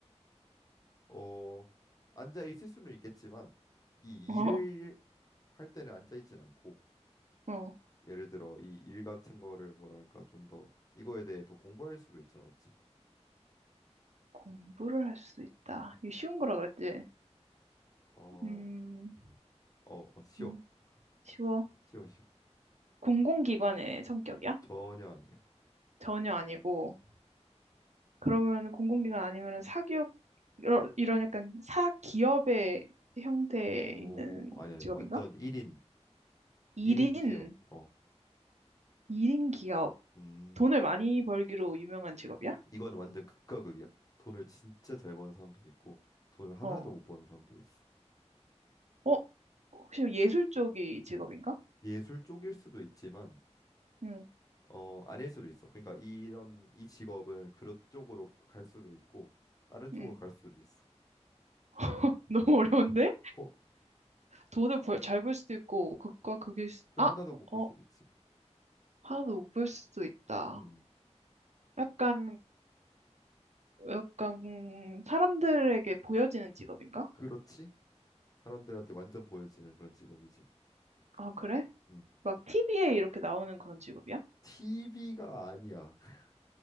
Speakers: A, on the left; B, on the right.
A: 어, 앉아 있을 수는 있겠지만 이
B: 어,
A: 일을 할 때는 앉아 있진 않고
B: 어.
A: 예를 들어 이 일 같은 거를 뭐랄까 좀 더 이거에 대해 더 공부할 수도 있잖아, 맞지?
B: 공부를 할 수 있다. 이거 쉬운 거라 그랬지?
A: 어,
B: 음,
A: 어, 어, 쉬워.
B: 음, 쉬워.
A: 쉬워, 쉬워.
B: 공공기관의 성격이야?
A: 전혀 아니야.
B: 전혀 아니고
A: 어,
B: 그러면 공공기관 아니면 사기업 이런 이런 약간 사기업의 형태에
A: 어,
B: 있는
A: 아니 아니
B: 직업인가?
A: 완전 1인
B: 1인
A: 1인 기업. 어.
B: 1인 기업
A: 음.
B: 돈을 많이 벌기로 유명한 직업이야?
A: 이건 완전 극과 극이야. 돈을 진짜 잘 버는 사람도 있고 돈을 하나도
B: 어.
A: 못 버는 사람도 있어.
B: 어? 혹시 예술 쪽이 직업인가?
A: 예술 쪽일 수도 있지만
B: 응.
A: 어, 아닐 수도 있어. 그러니까 이런 이 직업은 그런 쪽으로 갈 수도 있고 다른 쪽으로
B: 응.
A: 갈 수도 있어.
B: <laughs> 너무 어려운데?
A: 어,
B: 돈을 벌, 잘 벌 수도 있고 극과 극일 수...
A: 그
B: 아,
A: 하나도
B: 어,
A: 못 볼
B: 어,
A: 수도 있지.
B: 하나도 못 벌 수도 있다.
A: 음,
B: 약간 약간 사람들에게 보여지는 직업인가?
A: 그렇지? 사람들한테 완전 보여지는 그런 직업이지.
B: 아, 그래?
A: 음,
B: 막 TV에 이렇게 나오는 그런 직업이야?
A: TV가 아니야. <laughs>